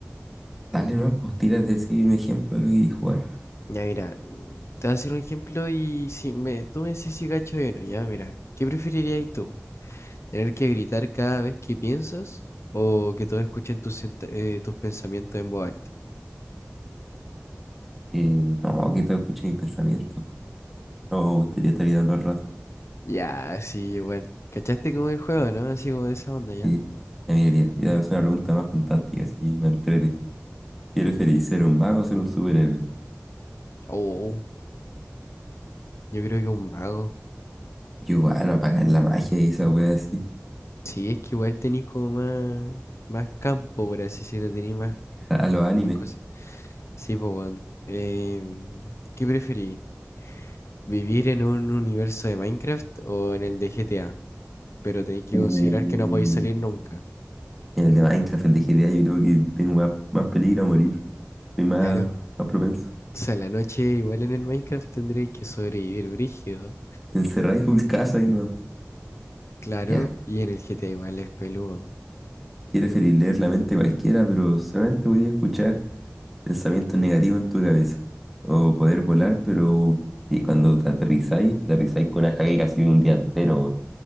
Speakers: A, in the centre; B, on the left.
A: Dale nuevas posturas de decir un ejemplo de lo que querís jugar.
B: Ya, mira, mm, te voy a hacer un ejemplo y si me, tú me decís si gacho o no, ya, mira, ¿qué preferirías tú? ¿Tener que gritar cada vez que piensas o que todos escuchen tus, sent- eh, tus pensamientos en voz alta?
A: Eh, no, que te escuchen mis pensamientos. No, me gustaría estar gritando al rato.
B: Ya, sí, igual. ¿Cachaste como el juego, no? Así como de esa onda, ¿ya?
A: Sí. Ya, mira, mira, ya es una pregunta más fantástica, si me entrete. ¿Quieres feliz ser un mago o ser un superhéroe?
B: Oh, yo creo que un mago.
A: Yo, bueno, apagar la magia y esa wea así.
B: Sí, es que igual tenía como más, más campo, por así decirlo, tenía más,
A: A los animes.
B: más cosas. Sí, pues, weón. Em, ¿qué preferís? ¿Vivir en un universo de Minecraft o en el de GTA? Pero tenéis que
A: Uh,
B: considerar que no podéis salir nunca.
A: en el de Minecraft, el de GTA, yo creo que tengo más, más peligro a morir. Soy más,
B: Claro.
A: más propenso.
B: O sea, la noche igual en el Minecraft tendréis que sobrevivir brígido.
A: Te encerráis full casa y no.
B: Claro,
A: Ya.
B: y en el GTA igual es peludo.
A: ¿Quieres feliz leer la mente de cualquiera, pero solamente podía escuchar Pensamientos negativos en tu cabeza. O poder volar, pero y cuando te aterrizáis, te aterrizáis con una jaque casi de un día entero. weón.